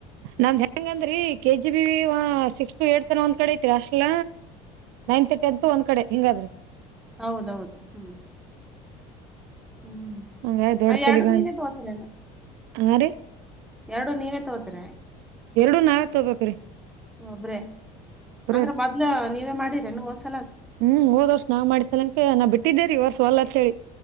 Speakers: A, on the right; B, in the centre.
A: ನಮ್ದ್ ಹೆಂಗಂದ್ರೀ ಕೆಜಿ ಬಿ ಸಿಕ್ಸ್ತ್ ಏತ್ ಅ ಒಂದ್ ಕಡೆ ಐತ್ರಿ ಅಷ್ಟಲ ನೈನ್ತ್ ಟೆಂತ್ ಒಂದ್ ಕಡೆ ಹಿಂಗಾದ್ರಿ
B: ಹೌದೌದು ಹ್ಮ್ ಹ್ಮ್
A: ಹಂಗಾಗಿ ದೊಡ್ಡ
B: ಆ
A: ತಲಿಬ್ಯಾನಿ
B: ಎರಡು ನೀನೇ ತೋತರಿಲ್ಲ
A: ಹಾ ರೀ
B: ಎ ನೀವೇ ತಗೋತ್ರೆ
A: ಎರಡು ನಾವತ್ ತಗೋಬೇಕ್ರೀ
B: ಒಬ್ರೆ ಅಂದ್ರೆ
A: ರೀ
B: ಮೊದ್ಲು ನೀವೇ ಮಾಡಿರೇನು ಹೊಸ
A: ಹ್ಮ್ ಹಓದ ವರ್ಷ್ ನಾವ್ ಮಾಡಿಸ್ತನಂ ನಾ ಬಿಟ್ಟಿದ್ದೇರಿ ವರ್ಷವಲ್ಲ ಅಂತ ಹೇಳಿ